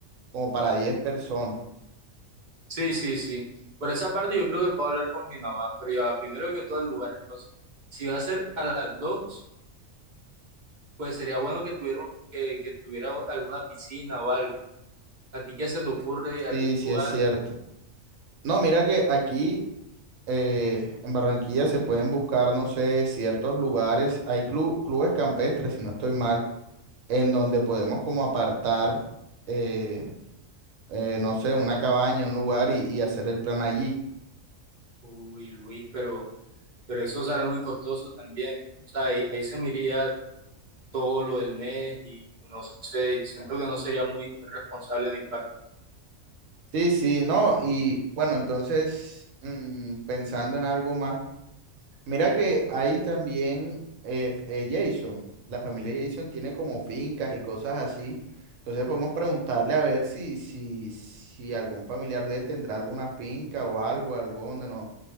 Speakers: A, on the right; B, on the right.
A: como para 10 personas.
B: Sí, sí, sí. Por esa parte yo creo que puedo hablar con mi mamá, pero ya va, primero que todo el lugar. Entonces, si va a ser a las dos pues sería bueno que tuviera, un- que, que tuviera alguna piscina o algo. ¿A ti qué se te ocurre algún
A: Sí, sí
B: lugar?
A: es cierto. No, mira que aquí eh, en Barranquilla se pueden buscar, no sé, ciertos lugares. Hay clu- clubes campestres, si no estoy mal, en donde podemos como apartar, eh, eh, no sé, una cabaña, un lugar y, y hacer el plan allí.
B: Uy, Luis, pero, pero eso sale muy costoso también. O sea, ahí, ahí se me iría todo lo del mes y no sé, siento que no sería muy, muy responsable de mi parte.
A: Sí, sí, no. Y bueno, entonces, mm, pensando en algo más. Mira que hay también eh, eh, Jason, la familia Jason tiene como fincas y cosas así. Entonces podemos preguntarle a ver si, si, si algún familiar de él tendrá alguna finca o algo, algo donde no,